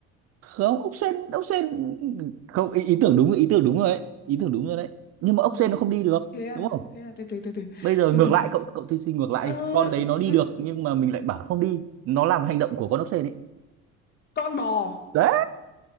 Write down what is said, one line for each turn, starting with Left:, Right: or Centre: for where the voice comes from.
Right: không ốc sên ốc sên không ý, ý tưởng đúng ý tưởng đúng rồi đấy ý tưởng đúng rồi đấy nhưng mà ốc sên nó không đi được
Left: thế à
Right: đúng không
Left: thế à từ từ từ từ
Right: bây giờ
Left: từ
Right: ngược
Left: từ
Right: lại cậu cậu thí sinh ngược lại
Left: ờ,
Right: đi. con đấy nó
Left: d-
Right: đi được nhưng mà mình lại bảo không đi nó làm hành động của con ốc sên ấy
Left: con bò
Right: đấy